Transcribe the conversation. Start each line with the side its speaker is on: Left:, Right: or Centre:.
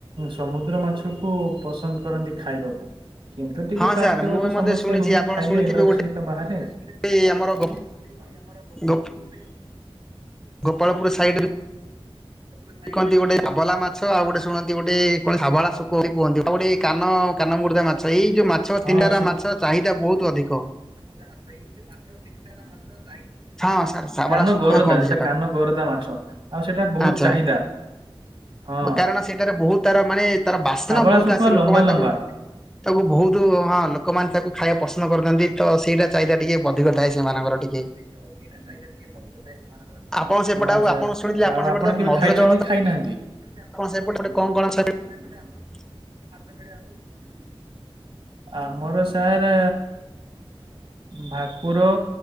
Right: ସମୁଦ୍ର ମାଛକୁ ପସନ୍ଦ କରନ୍ତି ଖାଇବାକୁ। କିନ୍ତୁ ଟିକେ
Centre: ହଁ
Right: ସ୍ଵାସ୍ଥ୍ୟଗତ
Centre: ସାର୍ ମୁଁ
Right: ସମସ୍ୟା
Centre: ମଧ୍ୟ ଶୁଣିଛି
Right: ରୁହେ
Centre: ଆପଣ
Right: ଖାଇଲେ
Centre: ଶୁଣିଥିବେ
Right: ଏଲର୍ଜି ବାହାରେ ଆମର
Centre: ଗୋଟେ ଗୋ
Right: ଗୋପାଳପୁରରେ
Centre: ଗୋ Gopalpur side
Right: Gopalpur side
Centre: କହନ୍ତି ଗୋଟେ ଧାବଲା ମାଛ ଆଉ ଗୋଟେ ଶୁଣନ୍ତି ଗୋଟେ କଣ ହାବଳା ଶୋକ ବୋଲି କୁହନ୍ତି। ଆଉ ଗୋଟେ କାନ କାନ ମୁଡ୍ଦା ମା ମାଛ ଏଇ ଯୋଉ ମାଛ
Right: ହଁ
Centre: ତିନାରା ମାଛ ଚାହିଦା ବହୁତ ଅଧିକ।
Right: ଏଇ ଜଉ ମାଛ ତିନିଟାର ମାଛ।
Centre: ହଁ ସାର୍ ଶାବଳା
Right: କାନ
Centre: ଶୁଖୁଆ
Right: ଗରଦା
Centre: କହନ୍ତି
Right: ସେଟା କାନ ଗରଦା ମାଛ ଆଉ ସେଇଟା ବହୁତ
Centre: ଦାମ୍
Right: ଚାହିଦା ହଁ
Centre: କାରଣ ସେଇଟାରେ ବହୁତ ତାର ମାନେ ତାର ବାସ୍ନା
Right: ଶାବଳା
Centre: ବହୁତ
Right: ଶୁଖୁଆ
Centre: ଆସେ ଲୋକମାନେ
Right: ଲମ୍ବା ଲମ୍ବା।
Centre: ତାକୁ ତାକୁ ବହୁତ ହଁ ଲୋକମାନେ ତାକୁ ଖାଇବା ପସନ୍ଦ କରନ୍ତି ତ ସେଇଟା ଚାହିଦା ଟିକେ ଅଧିକ ଥାଏ ସେମାନଙ୍କର। ଟିକେ
Right: ହଁ
Centre: ଆପଣ ସେପଟେ ଆଉ
Right: ସାର୍
Centre: ଆପଣ ଶୁଣିଥିଲେ
Right: ଆଉ
Centre: ସେପଟେ
Right: ଆପଣ
Centre: ତ
Right: କେବେ
Centre: ମଧୁର
Right: ଖାଇଚନ୍ତି
Centre: ଜଳ
Right: କି
Centre: ତ
Right: ଖାଇନାହାନ୍ତି? ଏବେ ଆପଣ
Centre: ସେପଟେ ଗୋଟେ
Right: ମଧୁର
Centre: କଣ
Right: ଜଳ
Centre: କଣ
Right: ଆମ ଏପଟେ
Centre: <inaudible>
Right: <inaudible> ଆମର ସାର୍ ଅ ଭାକୁର।